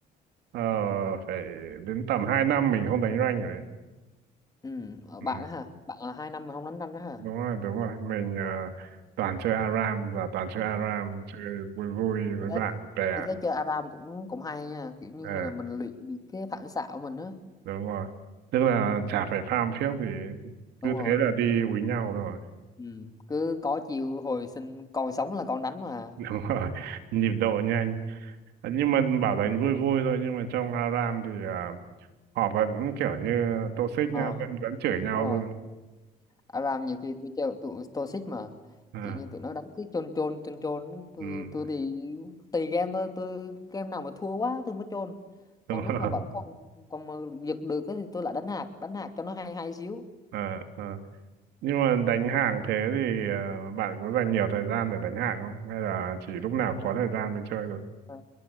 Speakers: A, on the right (about 75°); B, on the left (about 20°).
A: ờ, phải đến tầm 2 năm mình không đánh rank rồi ấy.
B: ừ. ở
A: Ừ.
B: bạn á hả bạn là hai năm mà không đánh rank á hả
A: đúng rồi đúng rồi mình ờ, toàn chơi ARAM và toàn chơi ARAM chơi vui vui
B: Tôi
A: với bạn
B: thấy,
A: bè
B: tôi thấy chơi ARAM cũng cũng hay nha kiểu như
A: Ờ,
B: là mình luyện được cái phản xạ của mình á
A: đúng rồi tức là chả phải farm phiếc gì
B: đúng
A: cứ
B: rồi
A: thế là đi úi nhau rồi
B: ừ. cứ có chiều hồi sinh còn sống là còn đánh mà
A: <laughs> đúng rồi nhịp độ nhanh Ờ, nhưng mà bảo đánh vui vui thôi nhưng mà trong ARAM thì ờ, họ vẫn
B: Ừ.
A: kiểu như toxic
B: ờ
A: nha vẫn vẫn chửi nhau
B: đúng rồi
A: luôn
B: ARAM nhiều khi tôi chơi tụi Stoic mà
A: Ờ,
B: kiểu như tụi nó đánh cứ chôn chôn chôn chôn tôi
A: ừ,
B: tôi thì tùy game thôi tôi game nào mà thua quá tôi mới chôn
A: <laughs> đúng
B: còn nếu
A: rồi
B: mà vẫn còn còn mà giật được á thì tôi lại đánh hạt đánh hạt cho nó hay hay xíu
A: Ờ, ờ. nhưng mà đánh hạng thế thì ờ, bạn có dành nhiều thời gian để đánh hạng không hay là chỉ lúc nào có thời gian mới chơi thôi
B: À,